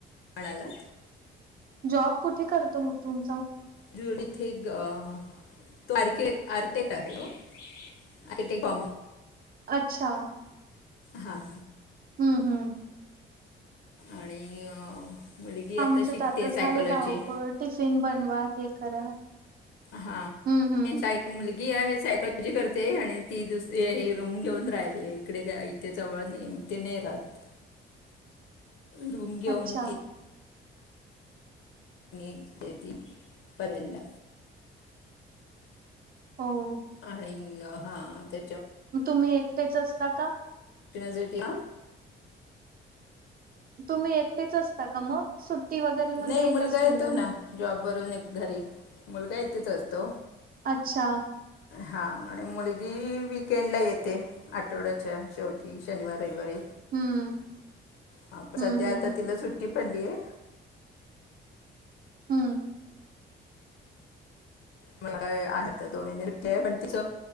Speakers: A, on the left; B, on the right.
A: म्हणाला.
B: जॉब कुठे करतो मग तुम्.
A: ज इथे एक अ तारखे. आर्टेट आहे होॉ.
B: अच्छा.
A: हा.
B: हम्म हम्म.
A: आणि अ. मुलगी
B: आमचे
A: शिकते
B: त आता झाले
A: सायकोलॉजी
B: धावपळ टिफिन बनवा हे करा.
A: हा
B: हम्म हम्म
A: मु. ी आहे सायकॉलॉजी करते आणि ती दुसरी हे रूम घेऊन राहिली इकडे इथे जवळ नेहमी. तेने राहात रूम घेऊन
B: अच्छा
A: त. नी देती परबला.
B: हो
A: आणि हा त्या.
B: ग तुम्ही एकटेच असता का.
A: झटया.
B: तुम्ही एकटेच असता का मग? सुट्टी वगैरे मध्ये
A: नाही
B: येत
A: मुलगा
B: असतील
A: येतो
B: मुलं.
A: ना जॉबवररून घरी. मुलगा इथेच असतो.
B: अच्छा.
A: हा आणि मुलगी. केेणला येते आठवड्याच्या शेवटी शनिवार रविवारी.
B: हम्म.
A: ह
B: हम्म
A: सध्या
B: हम्म.
A: आता तिला सुट्टी पडलीय.
B: हम्म.
A: मता दोन् पण तिच